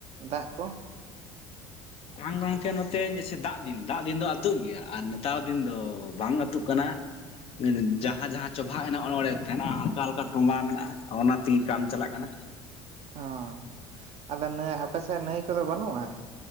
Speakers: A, on the right (about 50°); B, on the left (about 45°).
A: ᱫᱟᱜ ᱠᱚ?
B: ᱵᱟᱝ ᱜᱚᱢᱠᱮ ᱱᱚᱛᱮ ᱡᱮᱭᱥᱮ ᱫᱟᱜ ᱫᱤᱱ ᱫᱟᱜ ᱫᱤᱱ ᱫᱚ ᱟᱹᱛᱩᱜ ᱜᱮᱭᱟ ᱟᱨ ᱱᱮᱛᱟᱨ ᱫᱤᱱ ᱫᱚ ᱵᱟᱝ ᱟᱹᱛᱩᱜ ᱠᱟᱱᱟ ᱾ ᱡᱟᱦᱟᱸ ᱡᱟᱦᱟᱸ ᱪᱚᱵᱷᱟᱜ ᱢᱮᱱᱟᱜᱼᱟ ᱚᱱ ᱚᱸᱰᱮ ᱛᱟᱦᱮᱱᱟ ᱦᱟᱞᱠᱟ ᱦᱟᱞᱠᱟ ᱴᱚᱢᱵᱟ ᱢᱮᱱᱟᱜᱼᱟ ᱚᱱᱟ ᱛᱮᱜᱮ ᱠᱟᱢ ᱪᱟᱞᱟᱜ ᱠᱟᱱᱟ
A: ᱚ ᱟᱫᱚ ᱱᱟᱹ ᱟᱯᱮ ᱥᱮᱫ ᱱᱟᱹᱭ ᱠᱚᱫᱚ ᱵᱟᱹᱱᱩᱜᱼᱟ ᱾